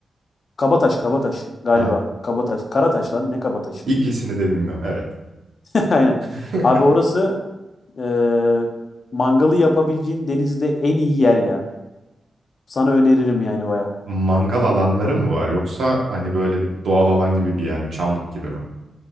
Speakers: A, on the left (about 60°); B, on the right (about 75°).
A: Kabataş, Kabataş galiba.
B: Ha.
A: Kabataş, Karataş lan ne Kabataş?
B: İkisini de bilmiyorum. Evet.
A: <laughs> Aynen.
B: <laughs>
A: Abi orası e, mangalı yapabileceğin Denizli'de en iyi yer ya. Sana öneririm yani baya.
B: Mangal alanları mı var yoksa hani böyle bir doğal alan gibi bir yer mi? Çamlık gibi mi?